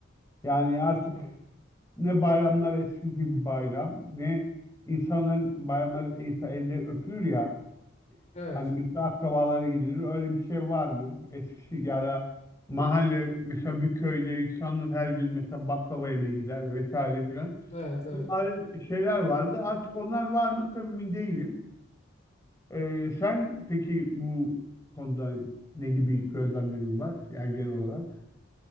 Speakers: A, on the left; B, on the left.
A: Yani artık
B: Hmm.
A: ne bayramlar eskisi gibi bayram ne insanların bayramlar ise elle öpülür ya
B: Evet
A: Hani mesela akrabalara gidilir. Öyle bir şey var mı? Eskişi ya da mahalle mesela bir köyde insanlar her gün mesela baklava yemeye gider vesaire filan.
B: evet evet.
A: Bir adet- şeyler vardı. Artık onlar var mı? Tabii emin değilim. Ee, sen peki bu konuda ne gibi gözlemlerin var? Yani genel olarak.